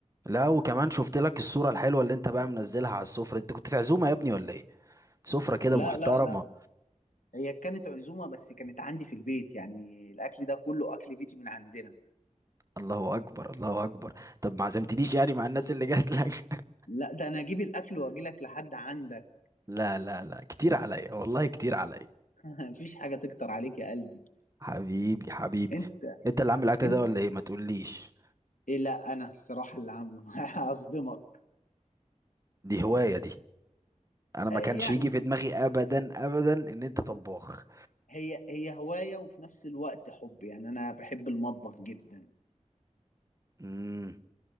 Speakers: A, on the right (about 25°); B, on the left (about 85°).
A: لا وكمان شفت لك الصورة الحلوة اللي انت بقى منزلها على السفرة انت كنت في عزومة يا ابني ولا ايه سفرة كده
B: لا
A: محترمة
B: لا لا هي كانت عزومة بس كانت عندي في البيت يعني الأكل ده كله أكل بيتي من عندنا
A: الله اكبر الله اكبر طب ما عزمتنيش يعني مع الناس اللي جات لك <laughs>
B: لا ده أنا أجيب الأكل وأجي لك لحد عندك
A: لا لا لا كتير عليا والله كتير عليا
B: <laughs> مفيش حاجة تكتر عليك يا قلبي
A: حبيبي حبيبي
B: أنت
A: انت اللي عامل الاكل
B: أنت
A: ده ولا ايه ما تقوليش
B: إيه لا أنا الصراحة اللي عامله <laughs> هصدمك
A: دي هواية دي انا ما
B: آه،
A: كانش
B: يعني
A: يجي في دماغي ابدا ابدا ان انت طباخ
B: هي هي هواية وفي نفس الوقت حب يعني أنا بحب المطبخ جدا
A: امم